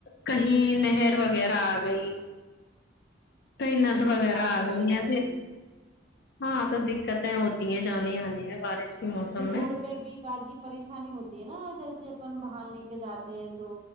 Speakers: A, on the left; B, on the right.
A: کہیں نہر وغیرہ آ گئی کہیں ند
B: ہاں
A: وغیرہ
B: باڑ تو
A: آ گئی
B: ہی جاتی
A: ہے ہاں تو دقتیں ہوتی ہیں جانے آنے میں بارش کے موسم
B: تو پھر روڈ پہ بھی بازی پریشانی ہوتی ہے نا جیسے اپن باہر لے کے جاتے ہیں تو